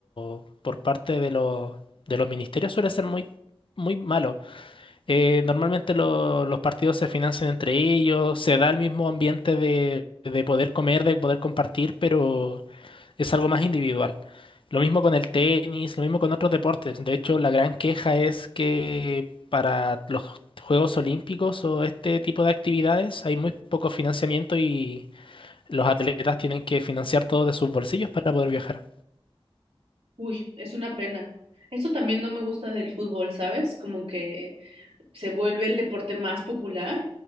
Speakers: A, on the left (about 60°); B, on the right (about 75°).
A: o por parte de los, de los ministerios suele ser muy, muy malo. Eh, normalmente lo- los partidos se financian entre ellos, se da el mismo ambiente de de poder comer, de poder compartir, pero es algo más individual. Lo mismo con el tenis, lo mismo con otros deportes. De hecho, la gran queja es que para los Juegos Olímpicos o este tipo de actividades hay muy poco financiamiento y los atletas tienen que financiar todo de sus bolsillos para poder viajar.
B: Uy, es una pena. Esto también no me gusta del fútbol, ¿sabes? Como que se vuelve el deporte más popular